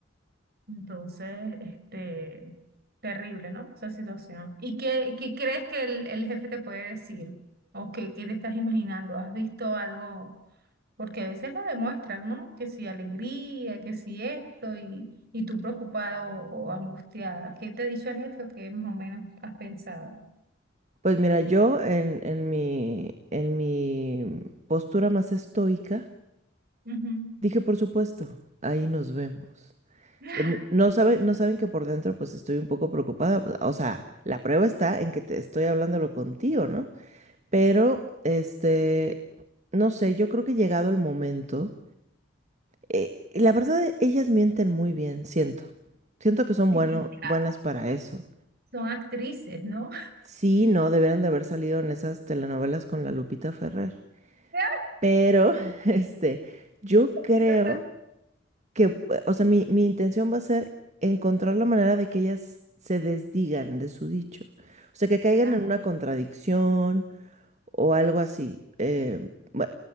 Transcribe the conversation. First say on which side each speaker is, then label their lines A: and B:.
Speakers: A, on the right (about 50°); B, on the right (about 35°).
A: Entonces, este, terrible, ¿no? Esa situación. ¿Y qué, qué crees que el, el jefe te puede decir? ¿O qué, qué te estás imaginando? ¿Has visto algo? Porque a veces lo demuestran, ¿no? Que si alegría, que si esto, y, y tú preocupada o, o angustiada. ¿Qué te ha dicho el jefe o qué más o menos has pensado?
B: Pues mira, yo en, en mi, en mi postura más estoica,
A: Ujú.
B: dije, por supuesto, ahí nos vemos.
A: <laughs>
B: En- No sabe, no saben que por dentro pues estoy un poco preocupada. pues, O sea, la prueba está en que te estoy hablándolo contigo, ¿no? Pero, este, no sé, yo creo que llegado el momento, eh, y la verdad, ellas mienten muy bien, siento. Siento que son
A: Sí,
B: bueno,
A: ah,
B: buenas para eso.
A: son actrices, ¿no? <laughs>
B: Sí, no, deberían de haber salido en esas telenovelas con la Lupita Ferrer.
A: Ya,
B: Pero, <laughs> este, yo creo
A: Sí, total.
B: que, eh, o sea, mi, mi intención va a ser encontrar la manera de que ellas se desdigan de su dicho. O sea, que caigan
A: Ah,
B: en una contradicción o algo así. Eh, ba-